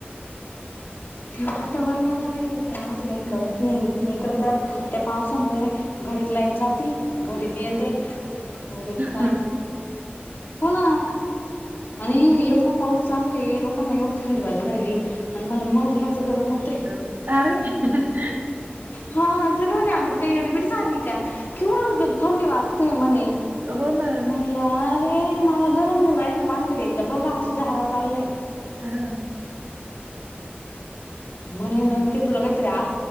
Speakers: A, on the left; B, on the right.
A: ते वातावरणाला काही त्रास
B: हं.
A: कळत नाही इकडे तर त्या पावसामुळे घडीत लाईट जाती घडीत येते
B: हं.
A: घडीत काय.
B: हां,
A: होणा
B: हां.
A: आणि एवढा पाऊस चालू आहे लोकांना एवढी थंडी वाजू राहिली आणि मला मरणाचं गरम होत
B: <unintelligible>
A: हा सगळ म्हणे अगं तू काही येडीबिड झाली का? केवढ थंडीडे वाजते म्हणे.
B: हो ना.
A: म्हटलं रे मला गरम होऊ राहिल. माझ्याकडे एकदा बघा अश्या धारा चाललंय.
B: हा
A: म्हणे नेमक तुला काहीतरी आ